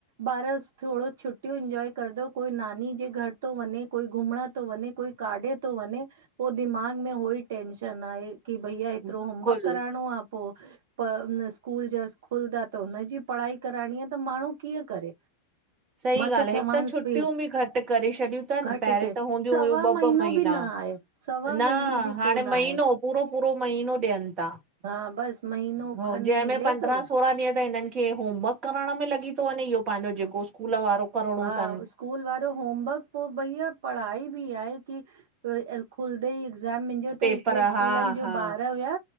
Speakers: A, on the right; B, on the right.
A: ॿार थोडो छुटियूं इंजॉय कंरदो, कोई नानी जे घर तो वञे, कोई घुमण तो वञे, कोई काॾे तो वञे। पो दिमाग़ में होई टेंशन आहे, की भईया एतिरो
B: बिल्कुलु
A: होमवर्क कराइणो आ पो प उन स्कूलु जा खुलंदा त हुनजी पढ़ाई कराइणी आहे त माण्हू कीअं करे?
B: सही
A: मां
B: ॻाल्हि आहे,
A: चवांसि
B: हिकु त छुटियूं
A: पई
B: बि घटि करे छॾियूं तनि,
A: घटि
B: पहिरेंं
A: ते
B: त हूंदीयूं
A: सवा
B: हुयूं ॿ
A: महीनो
B: ॿ महीना।
A: बि न आहे सवा
B: न,
A: महीनो बि
B: हाणे
A: कोन
B: महीनो
A: आहे
B: पूरो पूरो महीनो ॾियनि ता।
A: हा बसि महीनो
B: हो
A: खनि
B: जंहिंमें
A: मिले
B: पंद्रहां
A: थो
B: सोरहां ॾींहं त हिननिखे हे होमवर्क करणु में लॻी तो वञे इहो पांजो जेको
A: हा
B: स्कूल वारो। करिणो
A: हा,
B: तन
A: स्कूल वारो होमवर्क पो भईया पढ़ाई बि आहे की वई ऐं खुलंदे ई एक्ज़ाम, मुंहिंजो
B: पेपर
A: त हिकिड़े स्कूलनि
B: हा
A: जो
B: हा
A: ॿार हुया